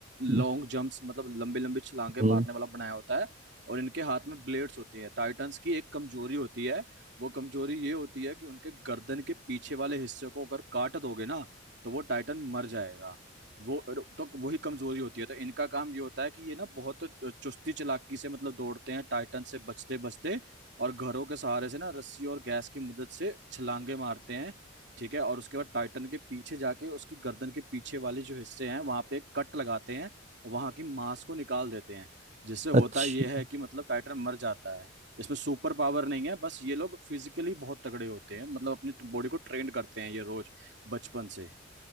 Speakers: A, on the right; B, on the right.
A: हम्म।
B: लॉन्ग जंप्स मतलब लंबे लंबे छलांगे
A: हम्म,
B: मारने वाला बनाया होता है और इनके हाथ में ब्लेड्स होती हैं टाइटंस की एक कमजोरी होती है वो कमजोरी ये होती है कि उनके गर्दन के पीछे वाले हिस्से को अगर काट दोगे ना तो वो टाइटन मर जाएगा वो तो वही कमजोरी होती है तो इनका काम ये होता है कि ये ना बहुत चुस्ती चालाकी से मतलब दौड़ते हैं टाइटन से बचते बचते और घरों के सहारे से ना रस्सी और गैस की मदद से छलांगे मारते हैं ठीक है और उसके बाद टाइटन के पीछे जाके उसकी गर्दन के पीछे वाले जो हिस्से हैं वहां पे एक कट लगाते हैं और वहां की मांस को निकाल देते हैं जिससे
A: अच्छा
B: होता यह है कि मतलब टाइटन मर जाता है इसमें सुपर पावर नहीं है बस ये लोग फिजिकली बहुत तगड़े होते हैं मतलब अपनी बॉडी को ट्रेंड करते हैं ये रोज बचपन से